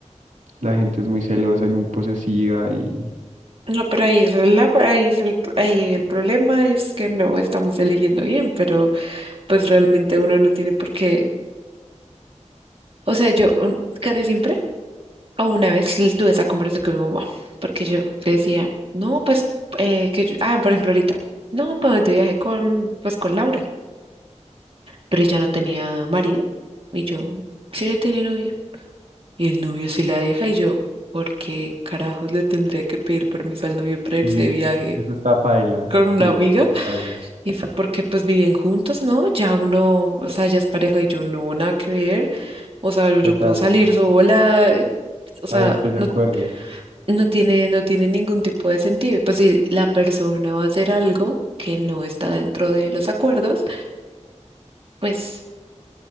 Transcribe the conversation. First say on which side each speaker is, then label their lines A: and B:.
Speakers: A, on the right; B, on the right.
A: la gente es muy celosa y muy posesiva y...
B: No, pero ahí es la, ahí es el, ahí el problema es que no estamos eligiendo bien, pero pues realmente uno no tiene por qué. O sea, yo un- casi siempre o una vez l- tuve esa conversación con mi mamá, porque yo le decía, no, pues eh, que yo, ah, por ejemplo ahorita, no, pues de viaje con, pues con Laura, pero ella no tenía marido y yo, sí, yo tenía novio. Y el novio sí la deja y yo, ¿por qué carajos le tendría que pedir permiso al novio para irse
A: Sí,
B: de viaje
A: eso está paila.
B: con una
A: Sí, eso
B: amiga?
A: está paila.
B: Y fue porque pues viven juntos, ¿no? Ya uno, o sea, ya es pareja y yo no, nada que ver. O sea, yo
A: Total,
B: puedo salir sola, eh, o sea,
A: ahí estoy de
B: no,
A: acuerdo.
B: no tiene, no tiene ningún tipo de sentido. Y, Pues si la persona va a hacer algo que no está dentro de los acuerdos, pues